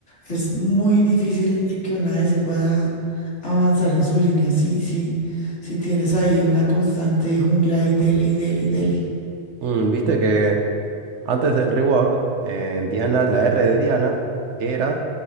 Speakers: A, on the left; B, on the right.
A: es muy difícil que una A D ADC pueda avanzar en su línea, si, si, si tienes ahí una constante jungla y dele y dele y dele.
B: Mm, Viste que Antes del rework, en Diana, la R de Diana era